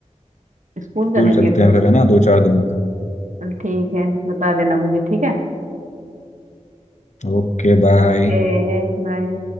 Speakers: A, on the right; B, on the left.
A: स्कूल
B: स्कूल
A: चलेंगे
B: चलते
A: फिर
B: हैं फिर है ना दो चार दिन में
A: चल ठीक है बता देना मुझे ठीक है
B: Okay bye
A: ओके बाय